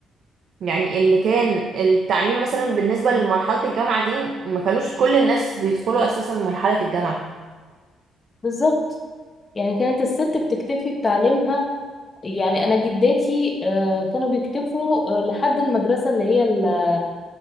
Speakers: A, on the right; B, on the left.
A: يعني اللي كان التعليم مثلا بالنسبة لمرحلة الجامعة دي ما كانوش كل الناس بيدخلوا اساسا مرحلة الجامعة
B: بالظبط يعني كانت الست بتكتفي بتعليمها يعني أنا جداتي آه، كانوا بيكتفوا آه، لحد المدرسة اللي هي ال-